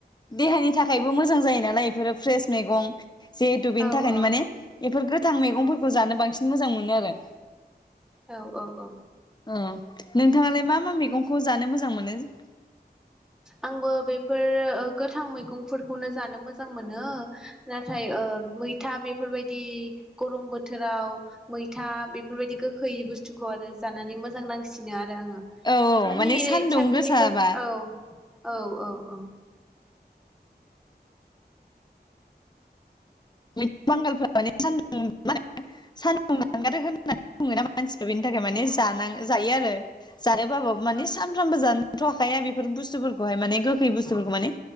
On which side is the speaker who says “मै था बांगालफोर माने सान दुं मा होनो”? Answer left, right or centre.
Left